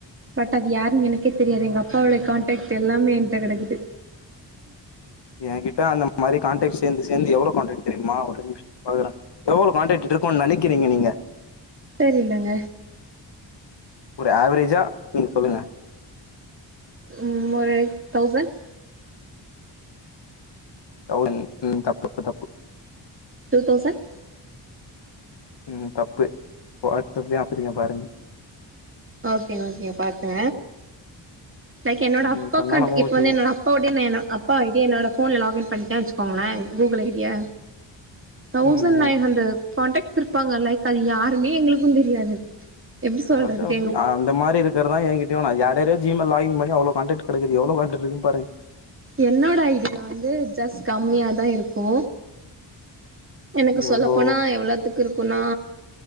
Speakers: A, on the right; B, on the left.
A: பட் அது யாருன் எனக்கே தெரியாது எங்க அப்பாவுடைய கான்டக்ட் எல்லாமே என்ட்ட கெடக்குது
B: எ கிட்ட அந்த மாரி கான்டக்ட் சேந்து சேந்து எவ்ளோ காண்டெக்ட் தெரியுமா ஒரு நிம்ஷ பாக்குறே எவ்ளோ காண்டக்ட் இருக்கோன்னு நெனக்கிறீங்க நீங்க
A: தெரிலங்க
B: ஒரு ஆவரேஜா நீங்க சொல்லுங்க
A: ம் ஒரு தௌசண்ட்
B: தௌசண்ட் ம் தப்பு தப்பு
A: டூ தௌசண்
B: ம் தப்பு வாட்ஸ்அப்லயே அனுப்ச்சிருக்க பாருங்க
A: ஓகே ஓகே பாக்குற லைக் என்னோட
B: நீங்க
A: அப்பா
B: சொன்னா
A: காண்ட
B: நம்ப
A: இப்போ
B: மாட்டீங்க.
A: வந்து என்னோட அப் பாவுடிய வேணா அப்பா ஐடிய நா என்னோட ஃபோன்ல லாகின் பண்டே வெச் கோங்களே கூகுள் ஐ டியா தௌசண்ட்
B: ம் ம்.
A: நைன் ஹண்ட்ரட் கான்டக்ட்ஸ் இருப்பாங்க லைக் அது யாருனே எங்ளுக்கு தெரியாது எப்டி சொல்றதுக்கு
B: அது அப்டி
A: எங்க
B: அந்த மாரி இருக்கறதா எங்கிட்டயு நா யார் யாரையோ ஜீ மெயில் லாகின் பண்ணி அவ்ளோ கான்டக்ட் கெடைக்குது எவ்ளோ கான்டக்ட் இருக்கு பாருங்க
A: என்னோட ஐடியில வந்து ஜஸ்ட் கம்மியாதா இருக்கு எனக்கு சொல்லப்போனா
B: எவ்ளோ
A: எவ்ளத்துக்கு இருக்குனா